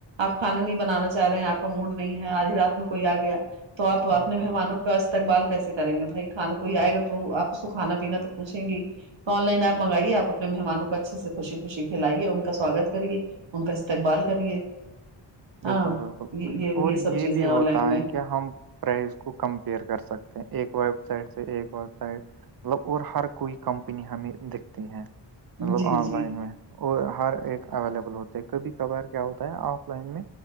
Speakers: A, on the right; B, on the right.
A: آپ کھانا نہیں بنانا چاہ رہے ہیں آپ کا موڈ نہیں ہے آدھی رات میں کوئی آ گیا تو آپ اپنے
B: بالکل
A: مہمانوں کو کا استقبال کیسے کریں گے بھائی کھانا کوئی آئے گا تو آپ اس کو کھانا پینا تو پوچھیں گی تو آن لائنپ منگائیے آ اپنے مہموں کو اچھے سے خوشی خوشی کھلائیے ان کا سواگت کریے ان کا استقبال کریے ہاں
B: بالکل بالکل
A: یہ
B: اور
A: سب
B: یہ
A: چیزیں
B: بھی
A: آن
B: ہوتا
A: لائن میں
B: ہے کہ ہم پرائز کو کمپیئر کر سکتے ہیں ایک ویب سائٹ سے ایک ویب سائٹ مطلب اور ہر کوئی کمپنی ہمیں دکھتی ہیں مطلب
A: جی
B: آن
A: جی
B: لائن میں اور ہر ایک اویلیبل ہوتا ہے کبھی کبھار کیا ہوتا ہے آف لائن میں